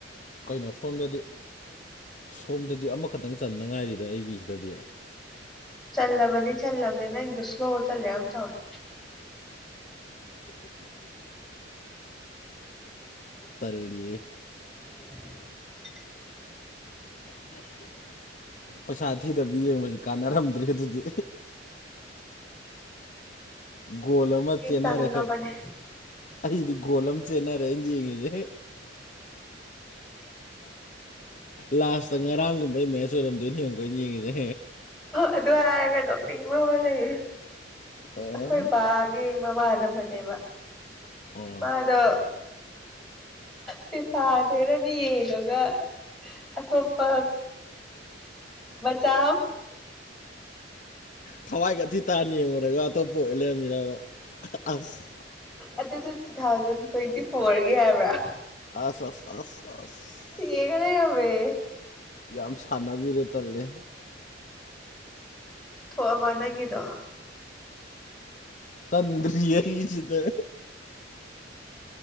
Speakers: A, on the left; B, in the centre.
A: ꯀꯩꯅꯣ ꯁꯣꯝꯗꯗꯤ ꯁꯣꯝꯗꯗꯤ ꯑꯃꯈꯛꯇꯪ ꯆꯟꯅꯉꯥꯏꯔꯤꯗ ꯑꯩꯒꯤꯁꯤꯗꯗꯤ
B: ꯆꯜꯂꯕꯅꯤ ꯆꯜꯂꯕꯅꯤ ꯅꯪ ꯑꯩꯗꯣ ꯁ꯭ꯂꯣ ꯆꯜꯂꯦ ꯑꯃ ꯇꯧꯔꯦ
A: ꯇꯜꯌꯦ
B: ꯎ
A: ꯄꯩꯁꯥ ꯊꯤꯗꯕꯤ ꯌꯦꯡꯕꯁꯤ ꯀꯥꯟꯅꯔꯝꯗ꯭ꯔꯔꯤ ꯑꯗꯨꯗꯤ ꯒꯣꯜ ꯑꯃ ꯆꯦꯟꯅꯔꯦ
B: ꯆꯪꯉꯕꯅꯦ
A: ꯑꯩꯗꯤ ꯒꯣꯜ ꯑꯃ ꯟꯅ ꯔꯦꯖꯉꯖꯦ ꯂꯥꯁꯇ ꯉꯔꯥꯡꯒꯨꯝꯕꯩ ꯃꯦꯠꯆ ꯑꯣꯏꯔꯝꯗꯣꯏꯅꯦ ꯑꯃꯨꯛ ꯑꯩꯅ ꯌꯦꯡꯉꯤꯁꯦ
B: ꯑꯗꯨ ꯍꯥꯏꯔꯒ ꯅꯣ ꯅꯤꯡꯕ ꯑꯃ ꯂꯩꯌꯦ
A: ꯑꯦ
B: ꯑꯩꯈꯣꯏꯕꯕꯥ ꯃꯃꯥꯗ ꯐꯅꯦꯕ
A: ꯑꯣ
B: ꯃꯥꯗꯣ ꯄꯐꯥꯅꯦꯅ ꯌꯦꯡꯉꯒ ꯑꯇꯣꯞꯄ ꯆ
A: ꯊꯋꯥꯏꯒꯊꯤ ꯇꯥꯅ ꯌꯦꯡꯉꯨꯔꯒ ꯑꯇꯣꯞꯄ ꯑꯣꯏ ꯂꯩꯔꯝꯃꯤꯔꯕ ꯑꯁ
B: ꯑꯗꯨꯗꯨ ꯇꯨ ꯊꯥꯎꯖꯟ ꯇ꯭ꯋꯦꯟꯇꯤ ꯐꯣꯔꯒꯤ ꯍꯥꯏꯕ꯭ꯔꯥ
A: ꯑꯁ ꯑꯁ ꯑꯁ ꯑꯁ
B: ꯌꯦꯒꯦ ꯅꯃꯦ
A: ꯌꯥꯝ ꯁꯥꯟꯅꯕꯤꯔꯦ ꯇꯜꯂꯦ
B: ꯊꯣꯛꯑꯕ ꯅꯪꯉꯗꯣ
A: ꯆꯗ꯭ꯔꯁꯤꯗ